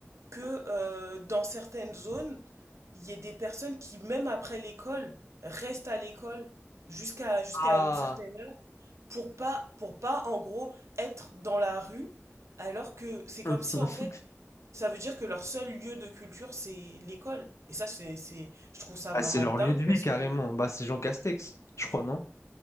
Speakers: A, on the right; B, on the left.
A: que euh, dans certaines zones, il y ait des personnes qui, même après l'école, restent à l'école jusqu'à jusqu'à
B: Ah,
A: une certaine heure pour pas, pour pas, en gros, être dans la rue, alors que c'est
B: <laughs>
A: comme si, en fait, ça veut dire que leur seul lieu de culture, c'est l'école. Et ça, c'est, c'est, je trouve ça
B: Ah,
A: vraiment
B: c'est leur
A: dingue
B: lieu de vie,
A: parce
B: carrément.
A: que...
B: Bah, c'est Jean Castex, je crois, non?